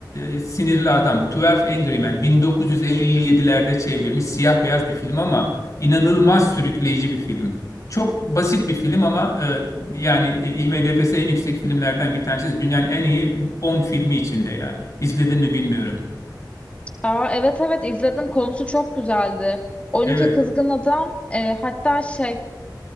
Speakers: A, on the left (about 45°); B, on the left (about 15°).
A: e, Sinirli Adam, 12 Angry Men, 1957'lerde çevrilmiş siyah beyaz bir film ama inanılmaz sürükleyici bir film. Çok basit bir film ama e, yani e, IMDb'si en yüksek filmlerden bir tanesi. Dünyanın en iyi 10 filmi içinde yani. İzledin mi bilmiyorum.
B: Aa, evet evet izledim. Konusu çok güzeldi. 12
A: Evet.
B: Kızgın Adam e, hatta şey